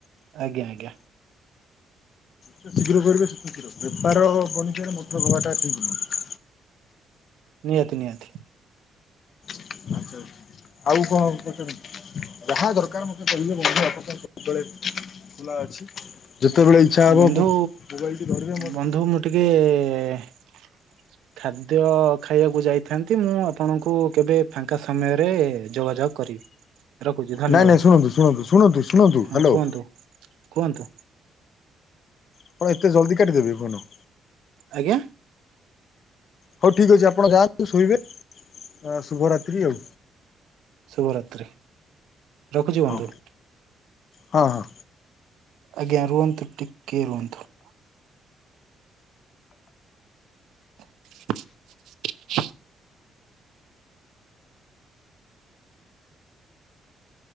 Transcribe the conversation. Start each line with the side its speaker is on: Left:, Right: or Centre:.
Right: ଆଜ୍ଞା ଆଜ୍ଞା।
Left: ଯେତେ ଶୀଘ୍ର ପାରୁଚ ସେତେ ଶୀଘ୍ର ବେପାର ବଣିଜ ରେ <unintelligible> ହବାଟା ଠିକ ନୁହେଁ।
Right: ନିହାତି ନିହାତି।
Left: ଆଚ୍ଛା। ଆଉ କଣ କରଚନ୍ତି? ଯାହା ଦରକାର ମୋତେ କହିଲେ ବନ୍ଧୁ <inaudible> ଖୁଲା ଅଛି ଯେତବେଳେ ଇଚ୍ଛା ହବ
Right: ବନ୍ଧୁ
Left: ମୋ ମୋବାଇଲ୍ ଟି ଧରିବେ ମୋ
Right: ବନ୍ଧୁ ମୁଁ ଟିକେ ଖାଦ୍ୟ ଖାଇବାକୁ ଯାଇଥାନ୍ତି ମୁଁ ଆପଣଙ୍କୁ କେବେ ଫାଙ୍କା ସମୟରେ ଯୋଗାଯୋଗ କରିବି। ରଖୁଛି ଧନ୍ୟବାଦ
Left: ନାଇଁ ନାଇଁ ଶୁଣନ୍ତୁ ଶୁଣନ୍ତୁ ଶୁଣନ୍ତୁ ଶୁଣନ୍ତୁ
Right: ହଁ
Left: ହାଲୋ।
Right: କୁହନ୍ତୁ କୁହନ୍ତୁ।
Left: ଆପଣ ଏତେ ଜଲଦ କାଟିଦେବେ ଫୋନ।
Right: ଆଜ୍ଞା।
Left: ହଉ ଠିକ୍ ଅଛି ଆପଣ ଯାଆନ୍ତୁ ଶୋଇବେ ଅ ଶୁଭରାତ୍ରି ଆଉ।
Right: ଶୁଭରାତ୍ରି ରଖୁଚି ବନ୍ଧୁ।
Left: ହଉ ହଁ ହଁ
Right: ଆଜ୍ଞା ରୁହନ୍ତୁ ଟିକଏ ରୁହନ୍ତୁ। <inaudible>